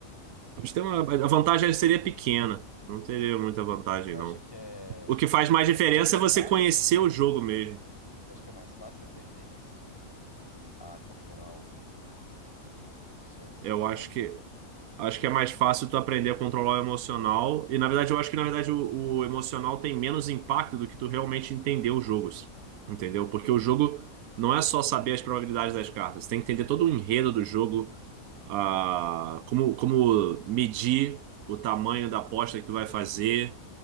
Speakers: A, on the right; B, on the left.
A: Eles têm uma- a vantagem seria pequena, não teria muita vantagem,
B: Você acha
A: não.
B: que é,
A: O
B: você
A: que
B: acha
A: faz
B: que é,
A: mais diferença
B: é mais
A: é você
B: fácil
A: conhecer
B: aprender
A: o
B: isso?
A: jogo mesmo.
B: Você acha que é mais fácil aprender isso? A controlar o, o seu emocional?
A: Eu acho que Acho que é mais fácil tu aprender a controlar o emocional. E na verdade, eu acho que na verdade o, o emocional tem menos impacto do que tu realmente entender os jogos. Entendeu? Porque o jogo não é só saber as probabilidades das cartas. Tem que entender todo o enredo do jogo, ah, como, como medir o tamanho da aposta que tu vai fazer,